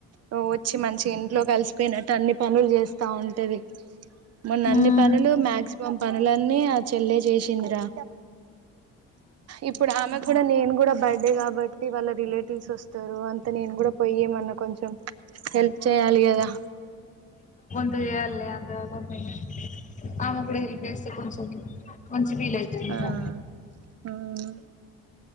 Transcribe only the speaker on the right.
ఓ వచ్చి మంచిగ ఇంట్లో కలిసిపోయినట్టు అన్ని పనులు చేస్తా ఉంటది. మొన్న అన్నీ
పనులు మ్యాగ్జి మం పనులన్నీ ఆ చెల్లె చేసిందిరా ఇప్పుడు ఆమెకు గూడా నేను కూడా బడ్ డే కాబట్టి వాళ్ళ రిలేటివ్స్ వస్తారు అంత నేను కూడా పోయేమన్నా కొంచెం హెల్ప్ చేయాలి కదా.
ఆ అవును